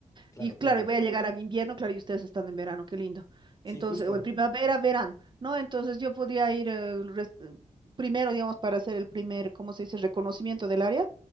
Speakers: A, on the left; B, on the right.
A: Claro,
B: Y claro,
A: claro.
B: y voy a llegar a mi invierno, claro, y ustedes están en verano, qué lindo.
A: Sí,
B: Entonces,
A: justo.
B: o en primavera, verano, ¿no? Entonces yo podía ir eh, res- eh, primero, digamos, para hacer el primer, ¿cómo se dice?, reconocimiento del área